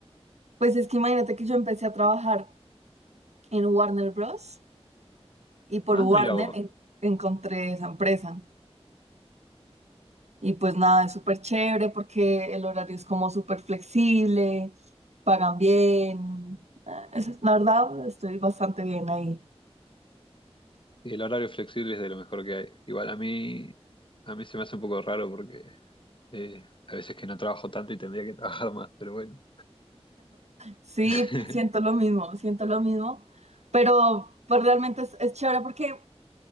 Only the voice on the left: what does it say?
Ah,
mira vos.
Y el horario flexible es de lo mejor que hay. Igual a mí, a mí se me hace un poco raro porque eh, a veces que no trabajo tanto y tendría que trabajar más, pero bueno.
<laughs>